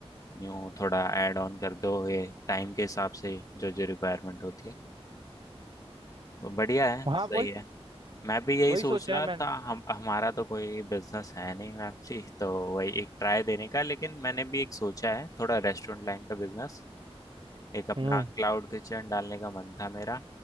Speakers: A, on the left; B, on the right.
A: न्यू थोड़ा ऐड ऑन कर दो ये टाइम के हिसाब से जो जो रिक्वायरमेंट होती है तो बढ़िया है
B: हाँ
A: सही
B: वही
A: है मैं भी यही
B: वही
A: सोच
B: सोचा
A: रहा
B: है मैंने
A: था हम हमारा तो कोई बिजनेस है नहीं मैम जी तो वही एक ट्राई देने का लेकिन मैंने भी एक सोचा है थोड़ा रेस्टोरेंट लाइन का बिजनेस एक अपना
B: हम्म
A: क्लाउड किचन डालने का मन था मेरा